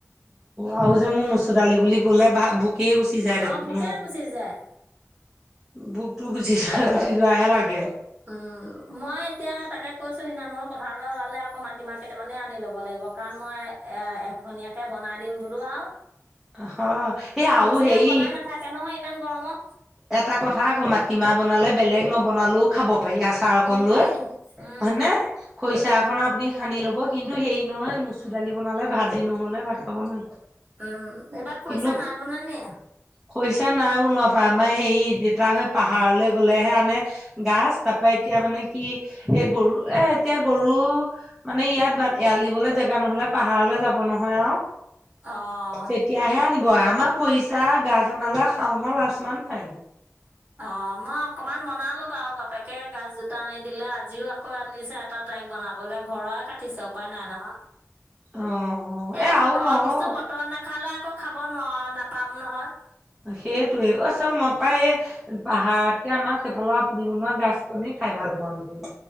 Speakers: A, in the centre; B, on the right.
A: আৰু যে মোৰ মচু দালি বুলি ক'লে ভাত ভু এ গুচি যাই দেখোন
B: অ', ভোকে
A: ঔ।
B: গুচি যায়
A: ভোকটো গুচি যোৱা, গুচি যোৱাহে লাগে।
B: উম, মই এতিয়া তাকে কৈছো সিদিনাখন বুলো পথাৰলৈ ওলালে আ আকৌ মাটিমাহ কেইটামানে আনি ল'ব লাগিব, কাৰণ মই এ এখনীয়াকে বনাই দিম বোলো আৰু
A: হয়, এ আও
B: ল'ৰা ছোৱালীয়ে
A: হেই
B: বনাই নাথাকে নহয় ইমান গৰমত
A: এটা কথা আকৌ মাটিমাহ বনালে বেলেগ নবনালেও খাব পাৰি আচাৰ অকণ
B: উম,
A: লৈ,
B: পাৰি উম,
A: হয়নে? খৰিচাহ
B: উম,
A: অকণ আপুনি সানি ল'ব কিন্তু হেৰি নহয়, মচু দালি বনালে ভাজি নহ'লে ভাত খাব নোৱাৰি।
B: উম, এইবাৰ
A: কিন্তু
B: খৰিছা নাই বনোৱা নি?
A: খৰিচা নাই বনোৱা পাই, আমাৰ হেৰি, দেউতা হৈ পাহাৰলৈ গলেহে আনে, গাছ তাৰ পা এতিয়া মানে কি, এ গৰু এ এতিয়া গৰু, মানে ইয়াত এৰাল দিবলৈ জেগা নহ'লে পাহাৰলৈ যাব নহয় এওঁ,
B: অ',
A: তেতিয়াহে আনিব আমাৰ খৰিছা গাছ অনালে শাওনৰ লাস্ত মান পায়।
B: অ', মই অকণমান বনালো বাৰু, বাপেকে গাছ দুটা আনি দিলে, আজিও আকৌ আনিছে এটা তে তাইক বনাবলে ঘৰৰে কাটিছে উপায় নাই নহয়।
A: অ অ
B: এ
A: আৰু
B: বতৰৰ
A: নহয়
B: বস্তু বতৰত নাখালে আ আকৌ খাব ন নাপাম নহয়।
A: সেইটোৱে, অই চ মই পাই এ পাহাৰতকে আমাৰ সেইফালেৰ আপুনি বনোৱা গছ কনে খাই ভাল পাওঁ দেখোন,